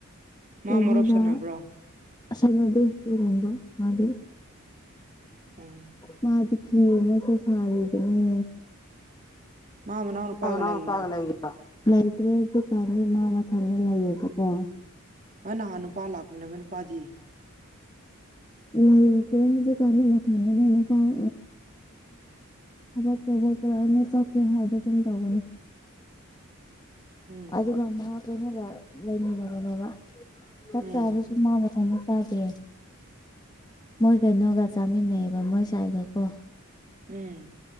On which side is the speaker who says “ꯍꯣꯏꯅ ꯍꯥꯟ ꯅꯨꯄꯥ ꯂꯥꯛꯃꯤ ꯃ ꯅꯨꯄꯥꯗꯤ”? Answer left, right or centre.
Right